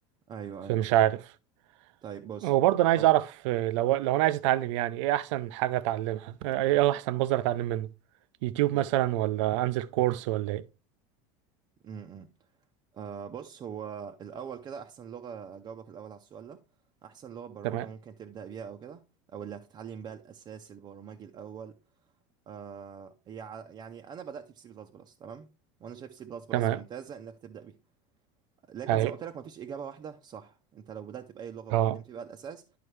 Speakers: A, on the right; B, on the right.
A: ايوه
B: فمش
A: ايوه
B: عارف
A: طيب بص
B: وبرضه انا عايز
A: او
B: اعرف آه، لو لو انا عايز اتعلم يعني ايه احسن حاجه اتعلمها آه، ايه احسن مصدر اتعلم منه يوتيوب
A: طيب
B: مثلا ولا انزل كورس ولا ايه
A: امم أه بص هو الأول كده أحسن لغة أجاوبك الأول على السؤال ده أحسن لغة برمجة
B: تمام
A: ممكن تبدأ بيها أو كده أو اللي هتتعلم بقى الأساس البرمجي الأول أه يع- يعني أنا بدأت بسي بلس بلس تمام وأنا شايف سي بلس بلس
B: تمام
A: ممتازة إنك تبدأ بيها لكن
B: هاي
A: زي ما قلت لك مفيش إجابة واحدة صح أنت لو بدأت بأي لغة
B: اه
A: وتعلمت بيها الأساس